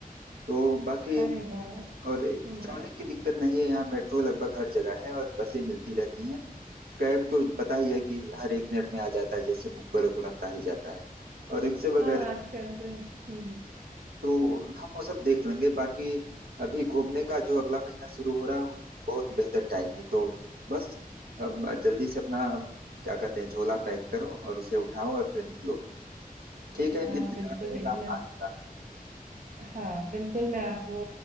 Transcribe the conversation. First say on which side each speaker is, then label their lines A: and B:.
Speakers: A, on the right; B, on the right.
A: तो बाकी
B: अरे वाह
A: और
B: हम्म
A: ट्रैवलिंग की दिक्कत नहीं है यहाँ मेट्रो लगभग हर जगह है और बसें मिलती रहती हैं कैब तो पता ही है कि हर एक मिनट में आ जाता है जैसे बुक करो तुरंत आ ही जाता है और रिक्शे
B: हाँ
A: वगैरह
B: आजकल तो हम्म
A: तो हम वो सब देख लेंगे बाकी अभी घूमने का जो अगला महीना शुरू हो रहा है वो बहुत बेहतर टाइम है तो बस अब जल्दी से अपना क्या कहते हैं झोला पैक करो और उसे उठाओ और फिर निकलो ठीक है
B: हाँ
A: इंतजार
B: बिल्कुल
A: रहेगा
B: इतना
A: आने का
B: हाँ बिल्कुल मैं आपको